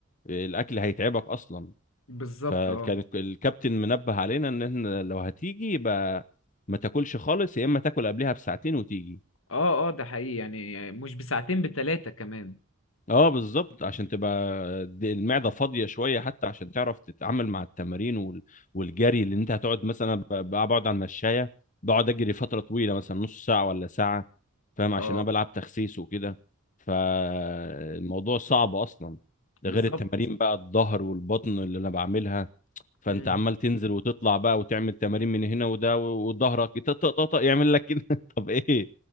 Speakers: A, on the left; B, on the left.
A: الاكل هيتعبك اصلا
B: بالظبط
A: فكان
B: اه
A: الك- الكابتن منبه علينا ان احنا لو هتيجي يبقى ما تاكلش خالص يا اما تاكل قبلها بساعتين وتيجي
B: اه اه ده حقيقي يعني مش بساعتين بتلاتة كمان
A: اه بالظبط عشان تبقى د- المعده فاضيه شويه حتى عشان تعرف تتعامل مع التمارين وال- والجري اللي انت هتقعد مثلا ب- ب- بقعد على المشايه بقعد اجري فتره طويله مثلا نص ساعه ولا ساعه فاهم عشان
B: اه
A: انا بلعب تخسيس وكده فالموضوع صعب اصلا ده
B: بالظبط
A: غير التمارين بقى الظهر والبطن اللي انا بعملها فانت
B: امم
A: عمال تنزل وتطلع بقى وتعمل تمارين من هنا وده و- وظهرك يطق- طق- طق- طق يعمل لك كده <laughs> طب ايه